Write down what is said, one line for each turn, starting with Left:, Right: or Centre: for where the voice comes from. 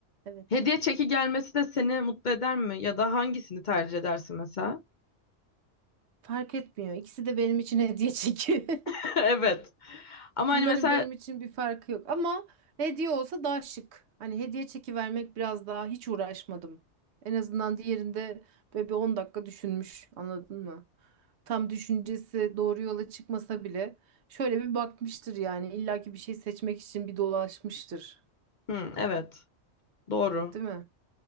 Right: Evet.
Left: Hediye çeki gelmesi de seni mutlu eder mi? Ya da hangisini tercih edersin mesela?
Right: Fark etmiyor. İkisi de benim için hediye çünkü. <laughs>
Left: <laughs> Evet. Ama
Right: Bunların
Left: hani mesela
Right: benim için bir farkı yok ama hediye olsa daha şık. Hani hediye çeki vermek biraz daha hiç uğraşmadım. En azından diğerinde böyle bir 10 dakika düşünmüş. Anladın mı? Tam düşüncesi doğru yola çıkmasa bile şöyle bir bakmıştır yani illaki bir şey seçmek için bir dolaşmıştır.
Left: Hı, evet. Doğru.
Right: Değil mi?